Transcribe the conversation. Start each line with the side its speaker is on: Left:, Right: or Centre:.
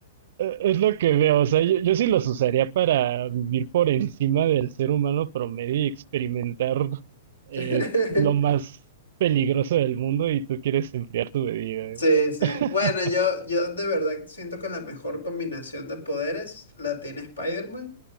Right: eh, es lo que veo. O sea, yo, yo sí los usaría para vivir por encima del ser humano promedio y experimentar eh,
Left: <laughs>
Right: lo más peligroso del mundo y tú quieres enfriar tu bebida.
Left: Sí,
Right: ¿eh?
Left: sí.
Right: <laughs>
Left: Bueno, yo, yo de verdad siento que la mejor combinación de poderes la tiene Spider-Man.